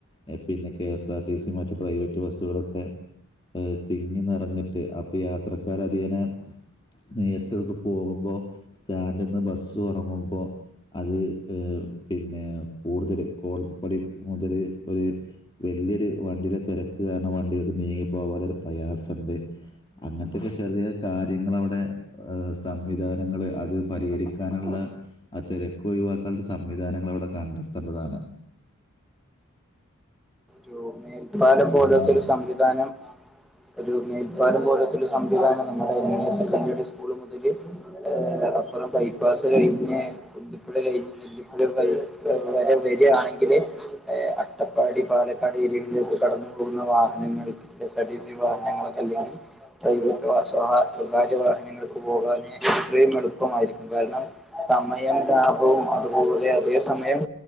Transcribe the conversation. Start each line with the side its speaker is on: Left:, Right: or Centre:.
Left: എ പിന്നെ K S R T C മറ്റ് പ്രൈവറ്റ് ബസ്സുകളൊക്കെ. ഏ തിങ്ങി നെറഞ്ഞിട്ട് അപ്പ യാത്രക്കാരധിയെനെ. നേരിട്ടൊഴുകു പോകുമ്പോ സ്റ്റാൻഡ്ന്ന് ബസ്സു ഇറങ്ങുമ്പോ. അത് അ് പിന്നെ കൂടുതല് കോണി പടി മുതല് ഒര്. വല്ല്യര് വണ്ടിടെ തെരക്ക് കാരണം വണ്ടികക്ക് നീങ്ങി പോകാനൊരു പ്രയാസണ്ട്. അങ്ങൻത്തെക്കെ ചെറിയ ചെറ്യേ കാര്യങ്ങളവിടെ. ആ സംവിധാനങ്ങള് അത് പരിഹരിക്കാനുള്ള. ആ തെരക്ക് ഒഴിവാക്കാനുള്ള സംവിധാനങ്ങളവിടെ കണ്ടത്തണ്ടതാണ്.
Centre: രു മേൽപ്പാലം പോലോത്തരു
Left: നാടാണ്
Centre: സംവിധാനം ഒരു മേൽപ്പാലം പോലോത്തരു സംവിധാനം നമ്മുടെ <unintelligible> നേശൻ കമ്യൂണിസ് സ്കൂള് മുതല്. ഏഹ് അപ്പുറം ബൈപ്പാസ് കഴിഞ്ഞ്. ന്തിപ്പുഴ കഴിഞ്ഞ് നെല്ലിപ്പുഴ കൽ വ വരെ വര്യാണെങ്കില് ഏ അട്ടപ്പാടി പാല ക്കാട് ഏരിയക്ക് കടന്നു പോകുന്ന വാഹനങ്ങൾ K S R T C വാഹനങ്ങൾക്ക്ല്ലാ <unintelligible> സ്വകാര്യ വാഹനങ്ങൾക്ക് പോകാന് ഇത്രയും എളുപ്പമായിരിക്കും കാരണം. സമയം ലാഭവും അതുപോലെ അധിക സമയം.